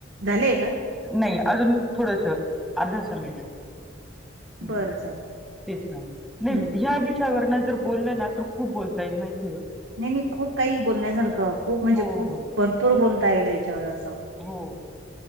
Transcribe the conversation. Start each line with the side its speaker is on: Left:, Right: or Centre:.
Right: झालेय का?
Centre: नाही अजून थोडस अर्धासा मिनिट. हम्म
Right: बरं चालेल.
Centre: तेच ना? नई
Right: हं.
Centre: ह्या विषय याच्या वर ना जर बोललं ना तर खूप बोलता येईल माहितीय.
Right: नाही नाही खूप काही बोलण्यासारखं खूप म्हणजे
Centre: हो
Right: खूप
Centre: हो
Right: भरपूर बोलता येईल याच्यावर असं.
Centre: हो.